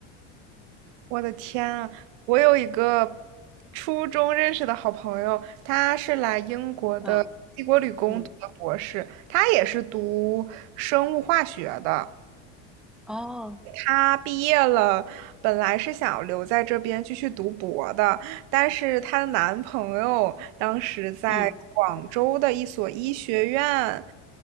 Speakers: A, on the right; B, in the centre.
A: 我的天啊，我有一个初中认识的好朋友，他是来英国的帝国理工读的博士，
B: 嗯嗯
A: 他也是读生物化学的。
B: 哦
A: 她毕业了，本来是想留在这边继续读博的，但是她的男朋友当时在广州的一所医学院
B: 嗯